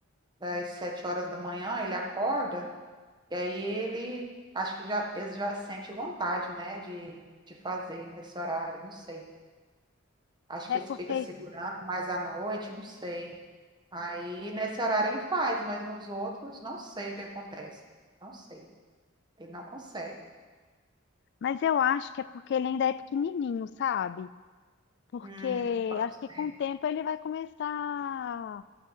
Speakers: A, on the right (about 20°); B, on the left (about 55°).
A: das sete horas da manhã, ele acorda, e aí ele acho que já, ele já sente vontade, né, de, de fazer nesse horário, não sei. Acho que
B: É
A: ele
B: porque,
A: fica segurando mais à noite, não sei. Aí nesse horário ele faz, mas nos outros não sei o que acontece. Não sei. Ele não consegue.
B: mas eu acho que é porque ele ainda é pequenininho, sabe? Porque
A: Hum, pode
B: acho que
A: ser.
B: com o tempo ele vai começar